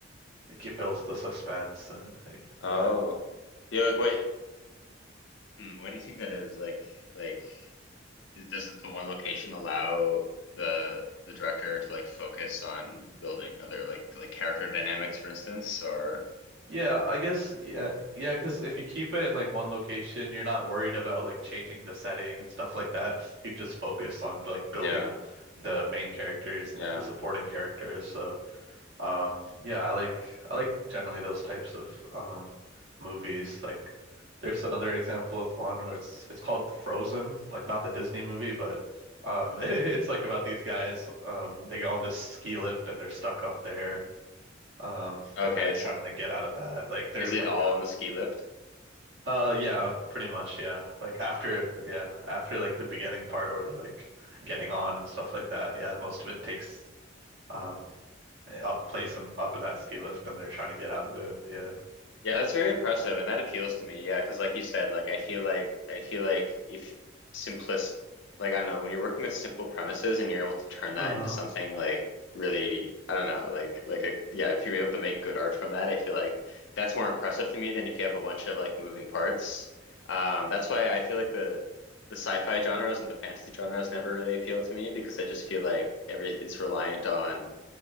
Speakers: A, on the right (about 70°); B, on the left (about 70°).
A: it, ke- builds the suspense and it, yeah.
B: Oh. Yeah. Like, wait. Hmm, what do you think that is? Like like. does the one location allow the the director to like focus on building other like like character dynamics, for instance, or
A: Yeah, I guess yeah, yeah, because if you keep it in like one location, you're not worried about like changing the setting and stuff like that. You just focus on like building
B: yeah,
A: the main characters and
B: yeah.
A: like the supporting
B: <laughs>
A: characters. So, um, yeah, I like I like generally those types of um movies. Like, there's another example of one where it's it's called Frozen, like not the Disney movie, but um, <laughs> it's like about these guys. Um, they go on this ski lift and they're stuck up there um,
B: Okay,
A: and they're trying
B: so
A: to like get out of that. Like they're
B: is it
A: like,
B: all on the ski lift?
A: <sighs> uh, yeah, pretty much, yeah. Like after, yeah, after like the beginning part where they're like getting on and stuff like that. Yeah, most of it takes um eh, up place and up in that ski lift, and they're trying to get out of it. Yeah.
B: Yeah, that's very impressive, and that appeals to me. Yeah, because like you said, like I feel like I feel like if simplis, like I don't know, when you're working with simple premises and you're able to turn that
A: Uh-huh.
B: into something like really, I don't know, like like a, yeah, if you're able to make good art from that, I feel like that's more impressive to me than if you have a bunch of like moving parts. Um, that's why I feel like the the sci-fi genres and the fantasy genres never really appeal to me because I just feel like every it's reliant on